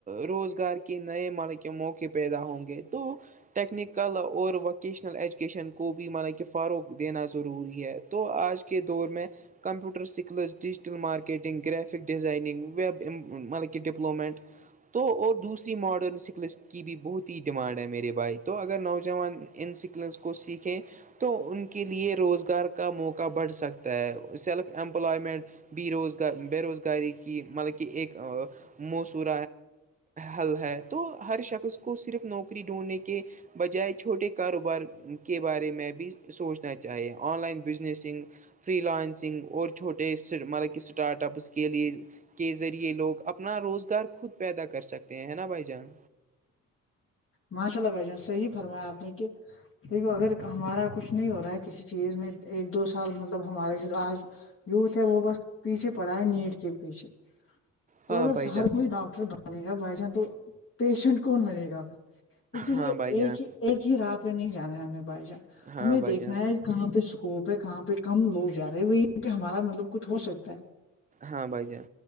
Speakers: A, on the right; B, on the left.
A: روزگار نئے مار کے موقع پیدا ہوں گے تو ٹیکنیکل اور وقت ووکشنل ایجوکیشن کو بھی مطلب فروغ دینا ضروری ہے تو آج کے دور میں کمپیوٹر سیکھ اس digital marketing graphic designing web مطلب ڈپلومنٹ تو اور دوسرے ماڈرن سکلس کی بھی بہت ہی ڈیمانڈ ہے میرے بھائی تو اگر نوجوان ان سکلنس کو سیکھیں تو ان کے لیے روزگار کا موقع بڑھ سکتا ہے سیلف امپلائمنٹ ب روزگار بے روزگاری کی مطلب کہ ایک موصور حل ہے تو ہر شخص کو صرف نوکری ڈھونڈنے کے بجائے چھوٹے کاروبار کے بارے میں بھی سوچنا چاہیے online businessing freelancing اور چھوٹے مطلب کہ اسٹارٹ اپس کے لیے کے ذریعے لوگ اپنا روزگار خود پیدا کر سکتے ہیں ہے نا بھائی جان
B: ماشاء اللہ بھ جان صحیح فرمایا آپ نے کہ دیکھو اگر ہمارا کچھ نہیں ہو رہا ہے کسی چیز میں ایک دو سال مطلب ہمارے آج یوتھ ہے وہ بس پیچھے پڑھا ہے نیٹ کے پیچھے تو
A: ہاں
B: اگر
A: بھائی جان
B: ہر کوئی ڈاکٹر بنے گا بائی چانس تو پیشنٹ کون بنے گا اسی لیے
A: ہاں بھائی
B: ایک
A: جان
B: ہی ایک ہی راہ پہ نہیں جانا ہے ہمیں بائی جان
A: ہاں
B: ہمیں
A: بھائی
B: دیکھنا
A: جان
B: ہے کہاں پہ اسکوپ ہے کہاں پہ کم لوگ جا رہے ہیں وہیں پہ ہمارا مطلب کچھ ہو سکتا ہے
A: ہاں بھائی جان